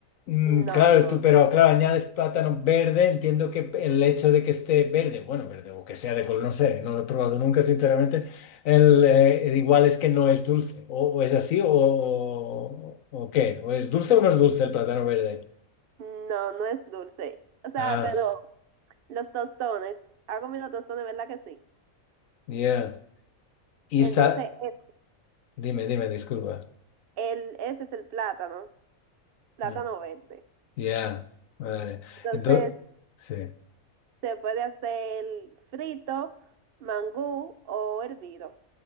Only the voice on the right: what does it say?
No, no,
no, no es dulce. O sea,
pero los tostones, ha comido tostones, ¿verdad que sí?
Entonces,
el,
el- ese es el plátano, plátano
verde.
Entonces,
se puede hacer frito, mangú o hervido.